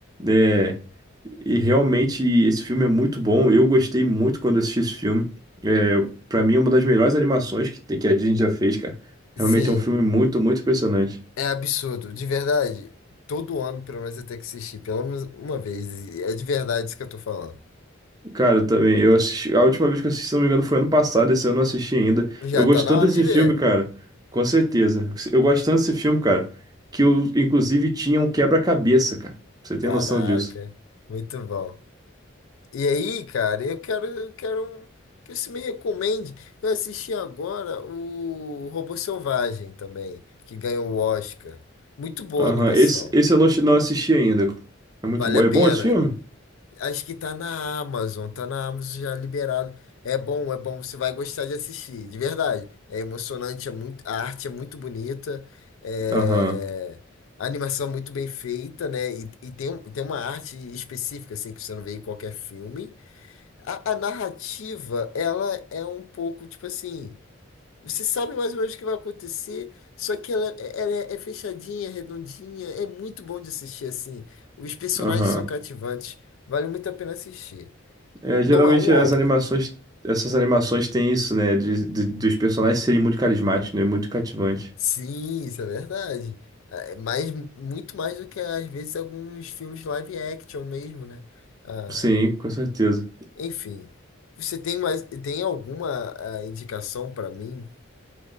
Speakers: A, on the right; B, on the left.
A: É, e realmente esse filme é muito bom. Eu gostei muito quando assisti esse filme. É, para mim, é uma das melhores animações que, que a Disney já fez, cara. Realmente
B: Sim,
A: é um filme muito, muito impressionante.
B: é absurdo, de verdade. Todo ano, pelo menos, eu tenho que assistir, pelo menos uma vez. e É de verdade isso que eu tô falando.
A: Cara, eu também. Eu assisti, a última vez que eu assisti, se não me engano, foi ano passado. Esse ano eu não assisti ainda.
B: Já
A: Eu gosto
B: tá na
A: tanto
B: hora
A: desse
B: de ver.
A: filme, cara. Com certeza. Eu gosto tanto desse filme, cara, que eu, inclusive, tinha um quebra-cabeça, cara. Você tem
B: Caraca,
A: noção disso?
B: muito bom. E aí, cara, eu quero, eu quero um- que você me recomende. Eu assisti agora o Robô Selvagem também, que ganhou o Oscar. Muito boa
A: Aham.
B: a animação.
A: Esse, esse eu não, não assisti ainda. É muito
B: Vale
A: bom.
B: a
A: É
B: pena.
A: bom esse filme?
B: Acho que tá na Amazon, tá na Amazon já liberado. É bom, é bom, você vai gostar de assistir, de verdade. É emocionante, é muito, a arte é muito bonita, é,
A: Aham,
B: a animação é muito bem feita, né? E, e tem, um- tem uma arte específica, assim, que você não vê em qualquer filme. A, a narrativa, ela é um pouco, tipo assim, você sabe mais ou menos o que vai acontecer, só que ela, ela é, é fechadinha, redondinha, é muito bom de assistir, assim. Os personagens
A: aham.
B: são cativantes, vale muito a pena assistir.
A: É,
B: Não
A: geralmente
B: é um wall
A: as animações, essas animações têm isso, né? De, de- dos personagens serem muito carismáticos, né? Muito cativantes.
B: Sim, isso é verdade. É, Mas muito mais do que, às vezes, alguns filmes live action mesmo, né? Ah,
A: Sim, com certeza.
B: enfim, você tem mais, tem alguma ah, indicação pra mim?